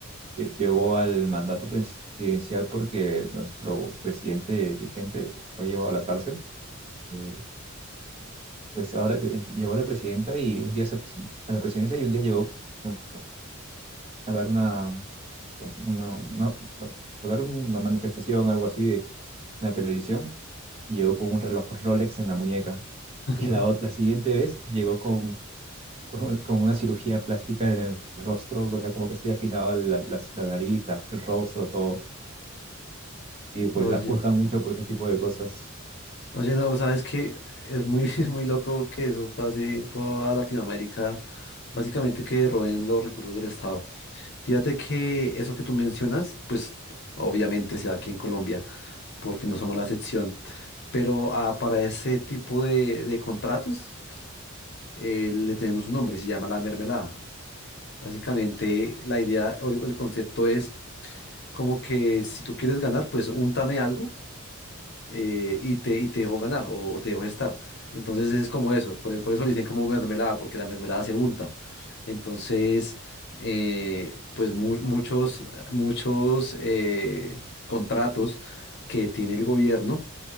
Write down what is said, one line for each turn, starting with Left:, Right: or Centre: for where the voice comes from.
Right: lle- llegó al mandato presidencial porque nuestro presidente vigente fue llevado a la cárcel. Eh, Pues ahora que ent- llegó la presidenta y un día se presen- a la presidencia y un día llegó a a dar una, pues, una, una- a dar una manifestación, algo así, de- en la televisión, y llegó con un reloj Rolex en la muñeca. <laughs>
Left: <laughs>
Right: Y la, ot- la siguiente vez llegó con, con, con una cirugía plástica en el rostro, o sea, como que se había afinado la, las- la nariz, la- el rostro, todo. Y pues
Left: Oye,
Right: la juzgan mucho por ese tipo de cosas.
Left: Oye, no, sabes que es muy, <laughs> muy loco que eso pase en toda Latinoamérica, básicamente que roben los recursos del Estado. Fíjate que eso que tú mencionas, pues obviamente se da aquí en Colombia, porque no somos la excepción, pero ah, para ese tipo de, de contratos eh, le tenemos un nombre, se llama la mermelada. Básicamente la idea o el, el concepto es como que si tú quieres ganar, pues úntame algo eh, y te, y te dejó ganar o, o te dejó estar. Entonces es como eso, por, por eso le dicen como mermelada, porque la mermelada se unta. Entonces, eh, pues mu- muchos, muchos eh, contratos que tiene el gobierno